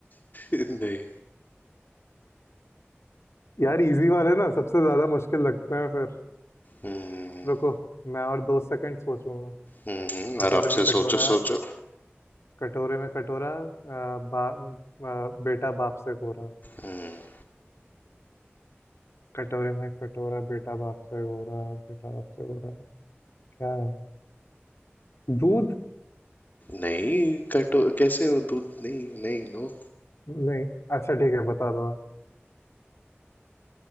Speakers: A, on the left (about 45°); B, on the left (about 80°).
A: नहीं
B: यार इजी वाले ना सबसे ज्यादा मुश्किल लगते हैं फिर
A: हम्म
B: रुको मैं और दो सेकंड सोचूंगा
A: हम्म, हम्म। आराम
B: कटोरे में
A: से
B: कटोरा
A: सोचो सोचो
B: कटोरे में कटोरा आ, बा, आ, बेटा बाप से गोरा
A: हम्म,
B: कटोरे में कटोरा बेटा बाप से गोरा बेटा बाप से गोरा क्या है दूध
A: नहीं कटो कैसे हो दूध नहीं नहीं नो
B: नहीं अच्छा ठीक है बता दो आप